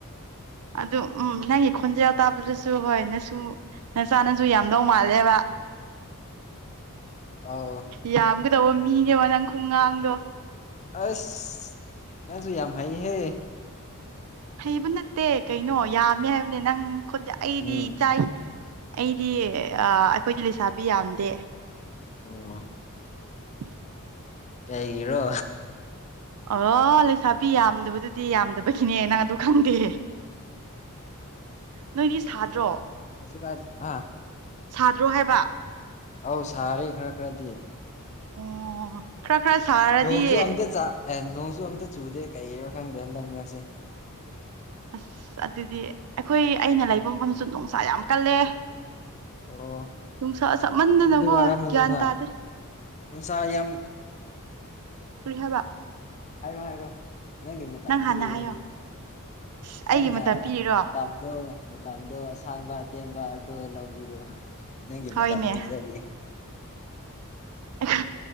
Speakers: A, on the right; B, on the left.
A: ꯑꯗꯨ ꯎꯝ ꯅꯪꯒꯤ ꯈꯣꯟꯖ‌ꯦꯜ ꯇꯥꯕꯗꯁꯨ ꯍꯣꯏ ꯅꯁꯨ ꯅꯆꯥ ꯅꯁꯨ ꯌꯥꯝꯗꯧ ꯃꯥꯜꯂꯦꯕ
B: ꯑꯧ
A: ꯌꯥꯝꯒꯗꯧꯕ ꯃꯤꯅꯦꯕ ꯅꯪ ꯈꯨꯠꯉꯥꯡꯗꯣ
B: ꯑꯁ ꯅꯪꯁꯨ ꯌꯥꯝ ꯍꯩꯍꯦ
A: ꯍꯩꯕ ꯅꯠꯇꯦ ꯀꯩꯅꯣ ꯌꯥꯝꯃꯦ ꯍꯥꯏꯕꯅꯦ ꯅꯪ ꯈꯣꯟꯖ‌ꯦ ꯑꯩꯗꯤ
B: ꯎꯝ
A: ꯏꯆꯥꯏ ꯑꯩꯗꯤ ꯑꯥ ꯑꯩꯈꯣꯏꯗꯤ ꯂꯩꯁꯥꯕꯤ ꯌꯥꯝꯗꯦ
B: ꯑꯣ
A: <unintelligible>
B: ꯀꯩꯒꯤꯔꯣ
A: ꯑꯣ ꯂꯩꯁꯥꯕꯤ ꯌꯥꯝꯗꯕꯗꯨꯗꯤ ꯌꯥꯝꯗꯕꯒꯤꯅꯦ ꯅꯪ ꯑꯗꯨ ꯈꯪꯗꯦ
B: ꯑꯩꯈꯣꯏꯗꯤ
A: ꯅꯣꯏꯗꯤ ꯁꯥꯗ꯭ꯔꯣ
B: ꯍꯁꯨ ꯀꯥꯏꯗꯤ ꯍꯥ
A: ꯁꯥꯗ꯭ꯔꯣ ꯍꯥꯏꯕ
B: ꯑꯧ ꯁꯥꯔꯦ ꯈꯔ ꯈꯔꯗꯤ
A: ꯑꯣ ꯈꯔ ꯈꯔ ꯁꯥꯔꯗꯤ
B: ꯅꯣꯡꯁꯨ ꯑꯝꯇ ꯆꯠ ꯑꯦ ꯅꯣꯡꯁꯨ ꯑꯝꯇ ꯆꯨꯗꯦ ꯀꯩꯒꯤꯔꯣ ꯈꯪꯗꯦ ꯍꯟꯗꯛ ꯃꯔꯛꯁꯦ
A: ꯑꯁ ꯑꯗꯨꯗꯤ ꯑꯩꯈꯣꯏ ꯑꯩꯅ
B: ꯎꯝ
A: ꯂꯩꯕ ꯃꯐꯝꯗꯁꯨ ꯅꯨꯡꯁꯥ ꯌꯥꯝ ꯀꯜꯂꯦ
B: ꯑꯣ
A: ꯅꯨꯡꯁꯥ ꯁꯥꯃꯟꯗꯅꯀꯣ
B: ꯑꯗꯨꯗꯤ ꯋꯥꯔꯝꯃꯅꯤꯅ
A: ꯒ꯭ꯌꯥꯟ ꯇꯥꯗꯦ
B: ꯅꯨꯡꯁꯥ ꯌꯥꯝ
A: ꯀ꯭ꯔꯤꯍꯥꯏꯕ
B: ꯍꯥꯏꯔꯣ ꯍꯥꯏꯔꯣ ꯅꯪꯒꯤ ꯃꯇꯝ
A: ꯅꯪ
B: ꯄꯤꯔꯤ
A: ꯍꯥꯟꯅ ꯍꯥꯏꯌꯣ
B: ꯍꯧꯖꯤꯛ
A: ꯑꯁ
B: ꯅꯪꯅ
A: ꯑꯩꯒꯤ ꯃꯇꯝ ꯄꯤꯔꯤꯔꯣ
B: ꯃꯇꯝꯗꯣ ꯃꯇꯝꯗꯣ ꯑꯁꯥꯡꯕ ꯑꯇꯦꯟꯕ ꯑꯗꯣ ꯂꯧꯕꯤꯔꯣ ꯅꯪꯒꯤ
A: ꯍꯣꯏꯅꯦ
B: ꯃꯇꯝ ꯄꯤꯖꯒꯦ
A: ꯎ ꯑꯁ